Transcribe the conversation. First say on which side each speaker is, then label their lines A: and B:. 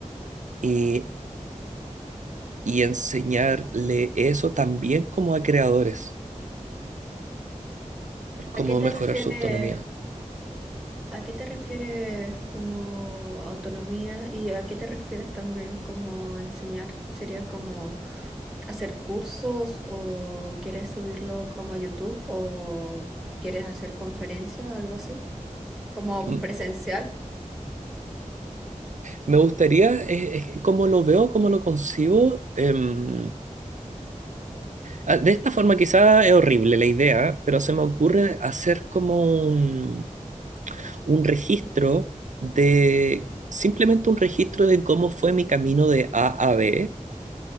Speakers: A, on the right; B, in the centre.
A: y, y enseñarle eso también como a creadores, cómo
B: ¿A qué te
A: mejorar
B: refieres,
A: su autonomía.
B: a qué te refieres como autonomía y a qué te refieres también como enseñar? ¿Sería como hacer cursos o quieres subirlo como a YouTube o quieres hacer conferencias, algo así? como
A: Mm.
B: presencial,
A: Me gustaría, es, es como lo veo, como lo concibo. em, ah, de esta forma quizá es horrible la idea, pero se me ocurre hacer como un, un registro de, simplemente un registro de cómo fue mi camino de A a B.